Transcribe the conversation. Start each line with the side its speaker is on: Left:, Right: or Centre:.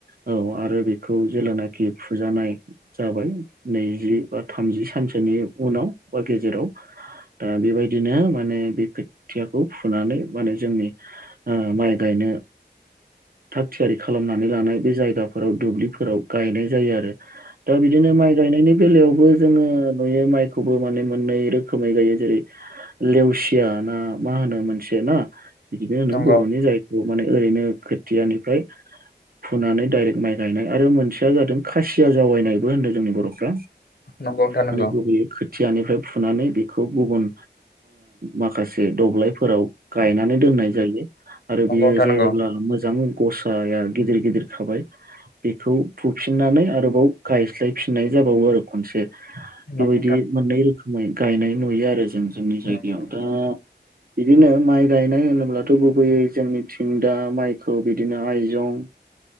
Right: औ आरो बेखौ जेलानाखि फुजानाय जाबाय नैजि बा थामजि सानसेनि उनाव हर गेजेराव दा बेबायदिनो माने बे खोथियाखौ फुनानै माने जोंनि माइ गायनाय थाग थियारि खालामनानै लानाय बे जायगााव दुब्लिफोराव गायनाय जायो आरो दा बिदिनो माइ गायनायनि बेलायावबो जोङो नुयो माइखौबो माने मोननै रोखोमै गायो जेरै लेवसिया ना मा होनो मोनसे ना बिदिनो होनो
Left: नंगौ
Right: बर'नि जायखौ माने ओरैनो खोथियानिफ्राय फुनानै दडाइरेक्ट माइ गायनाय आरो मोनसेया जादों खासिया जावायनायबो होनदों जोंनि बर'फ्रा
Left: नोंथां नंगौ
Right: माने गुबैयै खुथियानिफ्राय फुनानै बेखौ गुबुन माखासे दब्लायफोराव गायनानै दोननाय जायो आरो
Left: नंगौ
Right: बियो
Left: नंगौ नोंथां
Right: जेब्ला मोजां गसाया गिदिर गिदिर खाबाय बेखौ फुफिननानै आरोबाव गायस्लायफिननाय जाबावो आरो खनसे
Left: नंगौ
Right: बेबायदि मोननै रोखोमै गायनाय नुयो आरो जों जोंनि
Left: नंगौ
Right: जायगायाव दा बिदिनो माइ गायनाय होनोब्लाथ' गुबैयै जोंनिथिं दा माइखौ बिदिनो आइजं